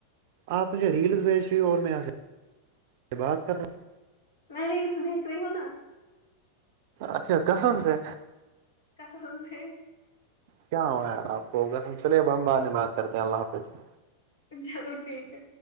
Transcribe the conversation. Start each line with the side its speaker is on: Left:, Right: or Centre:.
Right: آپ مجھے ریلز بھیج رہی ہو اور میں یہاں سے سے بات کر رہا ہوں
Left: میں ریلز دیکھ رہی ہوں نا
Right: اچھا قسم سے
Left: قسم سے
Right: کیا ہوا یار آپ کو ہوگا چلے اب ہم بعد میں بات کرتے ہیں اللہ حافظ
Left: چلو ٹھیک ہے